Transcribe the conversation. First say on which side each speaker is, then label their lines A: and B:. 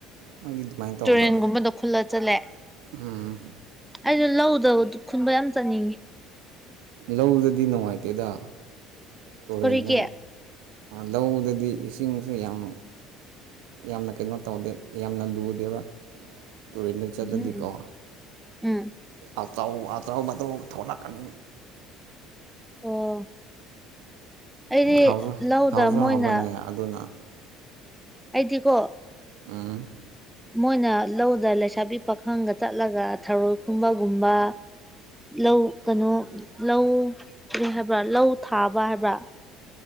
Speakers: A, on the right; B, in the centre.
A: ꯅꯗꯤ ꯑꯗꯨꯃꯥꯏꯅ ꯇꯧꯗ꯭ꯔꯣ
B: ꯇꯨꯔꯦꯟꯒꯨꯝꯕꯗ ꯈꯨꯜꯂ ꯆꯠꯂꯦ
A: ꯎꯝ
B: ꯑꯩꯁꯨ ꯂꯧꯗ ꯈꯨꯟꯕ ꯌꯥꯝ ꯆꯠꯅꯤꯡꯉꯤ
A: ꯂꯧꯗꯗꯤ ꯅꯨꯡꯉꯥꯏꯇꯦꯗ ꯇꯨꯔꯦꯟꯗ
B: ꯀꯔꯤꯒꯤ
A: ꯂꯧꯗꯗꯤ ꯏꯁꯤꯡꯁꯨ ꯌꯥꯝ ꯌꯥꯝꯅ ꯀꯩꯅꯣ ꯇꯧꯗꯦ ꯌꯥꯝꯅ ꯂꯨꯗꯦꯕ ꯇꯨꯔꯦꯟꯗ ꯆꯠꯂꯗꯤꯀꯣ
B: ꯎꯝ ꯎꯝ
A: ꯑꯆꯥꯎ ꯑꯆꯥꯎꯕꯗꯨ ꯊꯣꯛꯂꯛꯀꯅꯤ
B: ꯑꯣ ꯑꯩꯗꯤ
A: ꯍꯥꯎꯁꯨ
B: ꯂꯧꯗ
A: ꯍꯥꯎꯁꯨ
B: ꯃꯣꯏꯅ
A: ꯍꯥꯎꯕꯅꯦ ꯑꯗꯨꯅ
B: ꯑꯩꯗꯤꯀꯣ
A: ꯑꯝ
B: ꯃꯣꯏꯅ ꯂꯧꯗ ꯂꯩꯁꯥꯕꯤ ꯄꯥꯈꯪꯒ ꯆꯠꯂꯒ ꯊꯔꯣꯏ ꯈꯨꯝꯕꯒꯨꯝꯕ ꯂꯧ ꯀꯩꯅꯣ ꯂꯧ ꯍꯥꯏꯕ꯭ꯔꯥ ꯂꯧ ꯊꯥꯕ ꯍꯥꯏꯕ꯭ꯔꯥ